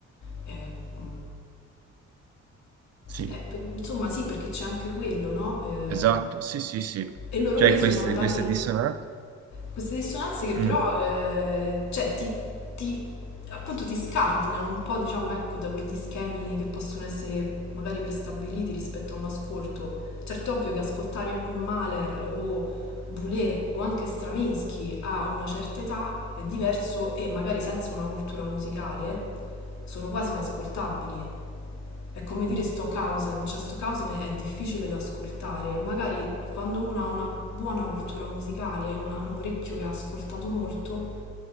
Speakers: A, on the left; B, on the right.
A: eh, mm,
B: Sì,
A: eh, beh, insomma, sì, perché c'è anche quello, no? Eh,
B: esatto, sì, sì, sì.
A: e loro
B: Cioè
A: lì sono
B: queste,
A: andati
B: queste dissonanze.
A: queste dissonanze che però
B: Mm,
A: eh, cioè, ti, ti- appunto ti scardinano un po', diciamo, ecco, da quegli schemi che possono essere magari prestabiliti rispetto a un ascolto. Certo è ovvio che ascoltare Mahler o Boulez o anche Stravinsky a una certa età è diverso e magari senza una cultura musicale sono quasi inascoltabili. È come dire
B: mm,
A: Stockhausen, cioè Stockhausen è difficile da ascoltare, magari quando uno ha una buona cultura musicale, una- un orecchio che ha ascoltato molto,